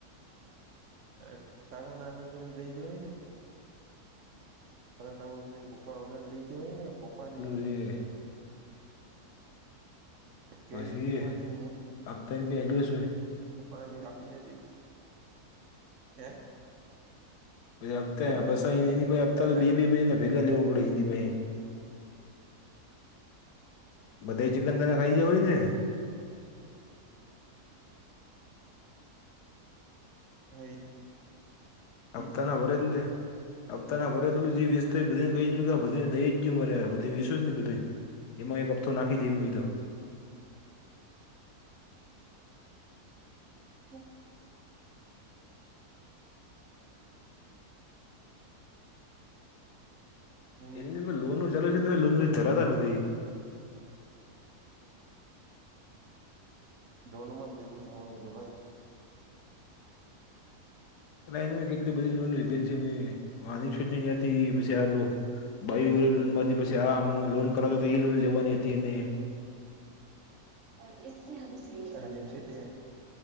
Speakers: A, on the right; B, on the left.
A: અ તારા નામ ઉપરથી દઈ દેવાય ને. તારા નામ ઉપરથી પપ્પા ઓલાને દઈ દેવાય ને પોપાને.
B: જે
A: ક્રેડિટ
B: માસી
A: બીમાથી
B: આપતા ને બે દિવસ
A: <unintelligible> કાપી નથી હૈ?
B: પછી
A: હપ્તા
B: પસા એની પાહે
A: હપ્તો
B: હપ્તા તો
A: ટાણે
B: બે બે મહિનાના ભેગા લેવો પડે એની પાહે બધા ચિકન દાડા ખાઈ જવાય ને.
A: હા એ
B: હપ્તાના
A: છે
B: ભરે લે. હપ્તાના ભરે એટલું વ્યસ્ત બધને કહીયું કે બધ દ જ મરે બધી એ. એમાં એક હપ્તો નાખી દે મુુંઈ તો.
A: જા. હમ
B: એની લોનનું ચાલુ છે તોય લોનમાં ધરાતા નથી.
A: લોનમાં તો એવું થવાનું છે ભાઈ.
B: અલા એણે કેટલી બધી લોન લીધેલ છે વાટંથી પછી આ લો ભાઈ હો લોન માંથી પછી આ મુ લોન કરાવતો એ લોન લેવાની હતી એને
A: અને નિશ્ચિતે એ